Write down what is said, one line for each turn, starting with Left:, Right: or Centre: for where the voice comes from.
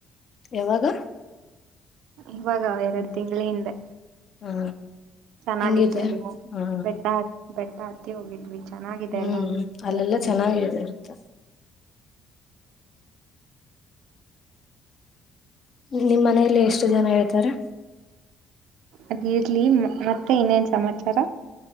Left: ಯಾವಾಗ
Right: ಇವಾಗ ಎರಡು ತಿಂಗಳ ಹಿಂದೆ
Left: ಹಾ
Right: ಚೆನ್ನಾಗಿತ್ತು
Left: ಹೆಂಗಿದೆ
Right: ಎಲ್ಲ
Left: ಹಾ
Right: ಬೆಟ್ಟ ಹತ್ ಬೆಟ್ಟ ಹತ್ತಿ ಹೋಗಿದ್ವಿ ಚೆನ್ನಾಗಿದೆ
Left: ಹ್ಮ್
Right: ಎಲ್ಲ ನೀವು
Left: ಅಲ್ಲೆಲ್ಲಾ
Right: ಬನ್ನಿ
Left: ಚೆನ್ನಾಗ ಇರುತ್ತ ನಿಮ್ ಮನೇಲಿ ಎಷ್ಟು ಜನ ಇರ್ತಾರೆ
Right: ಅದಿರ್ಲಿ ಮತ್ತೆ ಇನ್ನೇನ್ ಸಮಾಚಾರ